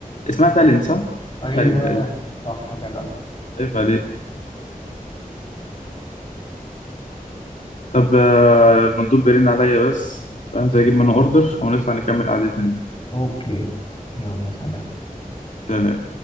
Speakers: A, on the left; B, on the left.
A: اسمها تالين صح؟
B: ايوه
A: تالين تقريبا
B: صح كده
A: عيب عليك طب آه، المندوب بيرن عليا بس فانزل اجيب منه اوردر ونطلع نكمل قعدتنا دي
B: اوكي يلا سلام
A: سلام